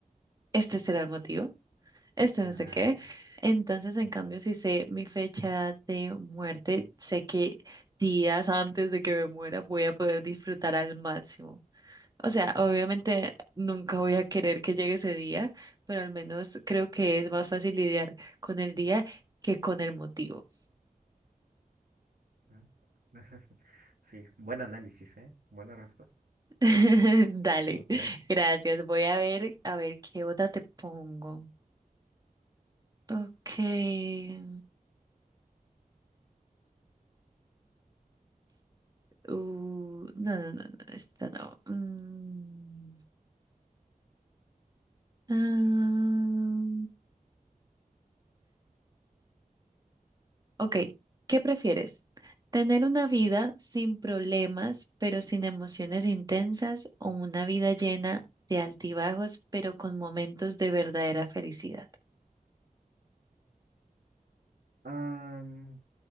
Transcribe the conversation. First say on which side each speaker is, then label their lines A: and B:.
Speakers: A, on the right (about 25°); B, on the right (about 85°).
A: este será el motivo, este
B: Ah,
A: no sé qué.
B: ya.
A: Entonces, en
B: ujú,
A: cambio, si sé mi fecha de muerte, sé que días antes de que me muera voy a poder disfrutar al máximo. O sea, obviamente nunca
B: ujú,
A: voy a querer que llegue ese día, pero al menos creo que es más fácil lidiar con el día que con el motivo.
B: ujú. <laughs> Sí, buen análisis, ¿eh? Buena respuesta.
A: <laughs> Dale,
B: Ok.
A: gracias. Voy a ver, a ver qué otra te pongo. Okay. Uh, no, no, no, no, esta no. Mm. ah. Ok, ¿qué prefieres? ¿Tener una vida sin problemas pero sin emociones intensas o una vida llena de altibajos pero con momentos de verdadera felicidad?
B: Am,